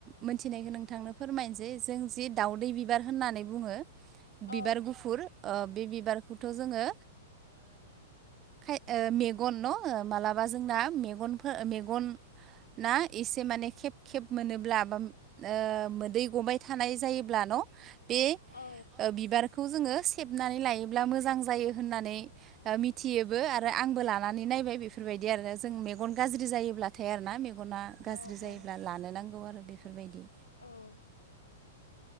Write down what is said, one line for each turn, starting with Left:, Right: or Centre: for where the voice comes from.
Right: मोनथिनायखौ नोंथांनो फोरमायनोसै जों जि दाउदै बि <unintelligible> होननानै बुङो
Left: औ
Right: बिबार गुफुर। बे बिबारखौथ' जोङो खाय मेगन न' मालाबा जोंना मेगनफोर मेगन ना एसे माने खेब खेब मोनोब्ला बा ओ मोदै गबाय थानाय जायोब्ला न' बे
Left: औ
Right: बिबारखौ जोङो सेबनानै लायोब्ला मोजां जायो होननानै मिथियोबो आरो आंबो लानानै नायबाय बेफोरबायदि आरो जों मेगन गाज्रि जायोब्लाथाय आरोना मेगना
Left: औ
Right: गाज्रि जायोब्ला
Left: औ
Right: लानो नांगौ आरो बेफोरबायदि।
Left: औ